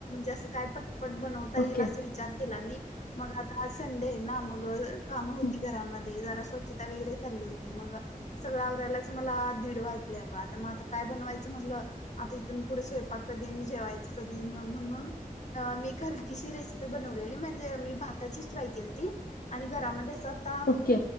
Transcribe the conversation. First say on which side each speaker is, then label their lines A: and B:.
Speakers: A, on the left; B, on the left.
A: असं, काय पटपट बनवता येईल.
B: ओके
A: असं, विचार केला मी. मग आता, आज संडे ना. मग काम होती
B: हं,
A: घरामध्ये. जरा स्वच्छ त्या वगैरे चालली होती मगा सगळं आवरायलाच मला दीड वाजले अगं आता म आता काय बनवायचं म्हणलं आता इथून पुढे स्वयंपाक कधी आणि जेवायचं कधी मग म्हणून अ मी एक हलकीशी रेसिपी बनवलेली म्हणजे मी भाताचीच ट्राय केलंती. आणि घरामध्येचं सता
B: ओके